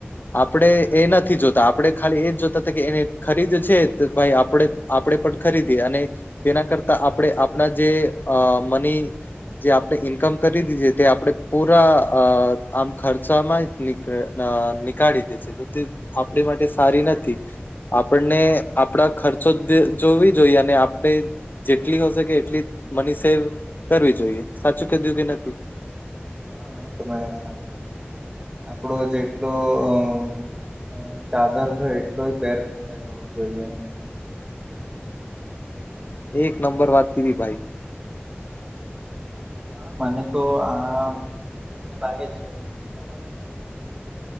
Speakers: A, on the left; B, on the right.
A: આપણે એ નથી જોતા આપડણે ખાલી એ જ જોતા હતા કે એને ખરીદ છે ભાઈ આપ આપણે પણ ખરીદી અને તેના કરતા આપણે આપણા જે અ મની જે આપણે ઈન્કમ કરી દીે તે આપણેે પૂરા અ આમ ખર્ચામાં નિકઅ નીકાળી દે છે તો તે આપણી માટે સારી નથી આપણને આપણા ખર્ચો દો જોવી જોઈએ અને આપણે જેટલી હોશેકે એટલી મની સેવ કરવી જોઈએ સાચું કીધું કે
B: હા હા તો મે સાચું જ કીધું આપડો જેટલો અ અ ચાદર હોય એટલો જ પેર ફેલાવવો જોઈએ
A: એક નંબર વાત કીધી ભાઈ
B: હા મને તો આ બીજ રીન લાગે છે એના માટે